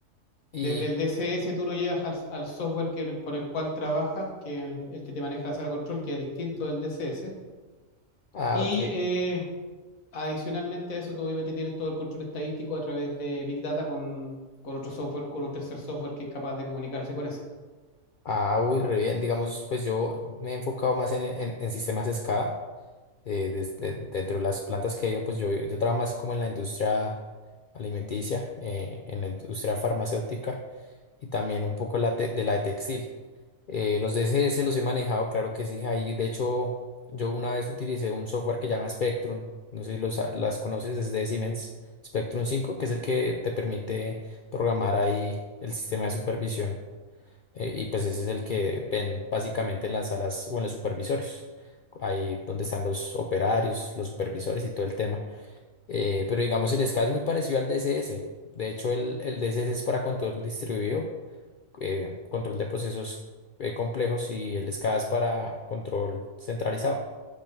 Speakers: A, on the left (about 65°); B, on the left (about 85°).
A: y,
B: Desde el DCS tú lo llevas al, al software que- con el cual trabajas, que es el, el que te maneja la sala de control, que es distinto del DCS.
A: ah,
B: Y
A: ok.
B: eh, adicionalmente a eso, tú obviamente tienes todo el control estadístico a través de Big Data con, con otro software, con un tercer software que es capaz de comunicarse con ese.
A: Ah, uy, re bien, digamos, pues yo me he enfocado más en, en, en sistemas SCADA. eh, des- de- dentro de las plantas que he ido, pues yo, yo trabajo más como en la industria alimenticia, eh, en la industria farmacéutica y también un poco la te- de la de textil. Eh, los DSS los he manejado, claro que sí. Ahí, de hecho, yo una vez utilicé un software que llama Spectrum. No sé si los, las conoces, es de Siemens. Spectrum cinco que es el que te permite programar ahí el sistema de supervisión. Eh, y pues ese es el que ven básicamente en las salas o en los supervisorios. Ahí donde están los operarios, los supervisores y todo el tema. Eh, pero digamos, el SCADA es muy parecido al DSS. De hecho, el, el DSS es para control distribuido eh, control de procesos eh, complejos y el SCADA es para control centralizado.